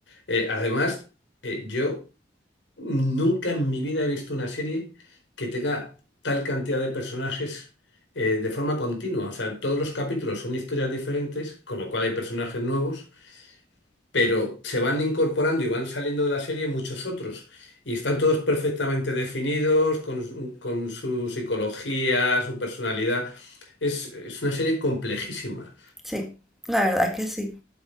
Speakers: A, on the left; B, in the centre.
A: eh, además, eh, yo... Nunca en mi vida he visto una serie que tenga tal cantidad de personajes eh, de forma continua. O sea, todos los capítulos son historias diferentes, con lo cual hay personajes nuevos, pero se van incorporando y van saliendo de la serie muchos otros. Y están todos perfectamente definidos, con, su con su psicología, su personalidad. Es, es una serie complejísima.
B: Sí, la verdad es que sí,